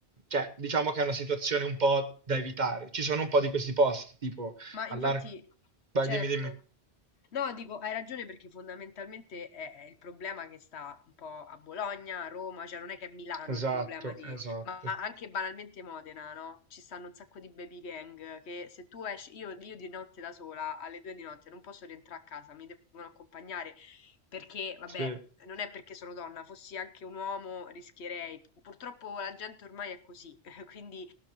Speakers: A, on the right (about 45°); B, on the left (about 80°).
A: cioè, diciamo che è una situazione un po' da evitare. Ci sono un po' di questi posti, tipo
B: ma infatti,
A: all'arco... Vai,
B: certo.
A: dimmi, dimmi.
B: No, dico, hai ragione perché fondamentalmente è, è il problema che sta un po' a Bologna, a Roma, cioè non è che è Milano
A: Esatto,
B: il problema di...
A: esatto.
B: ma anche banalmente Modena, no? Ci stanno un sacco di baby gang che se tu esci, io, io di notte da sola, alle due di notte, non posso rientrare a casa, mi devono accompagnare perché, vabbè,
A: Sì,
B: non è perché sono donna, fossi anche un uomo rischierei. Purtroppo la gente ormai è così, <laughs> quindi